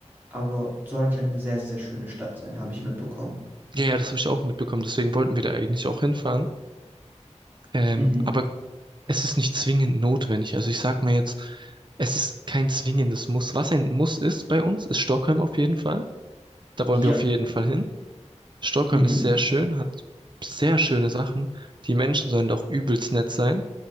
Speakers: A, on the right; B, on the right.
A: Aber soll anscheinend eine sehr, sehr schöne Stadt sein, habe ich mitbekommen.
B: Ja, ja, das habe ich auch mitbekommen. Deswegen wollten wir da eigentlich auch hinfahren. Ähm,
A: Mhm.
B: aber es ist nicht zwingend notwendig. Also ich sag mal jetzt, es ist kein zwingendes Muss. Was ein Muss ist bei uns, ist Stockholm auf jeden Fall. Da wollen
A: Ja,
B: wir auf jeden Fall hin. Stockholm
A: mhm.
B: ist sehr schön, hat sehr schöne Sachen. Die Menschen sollen doch übelst nett sein.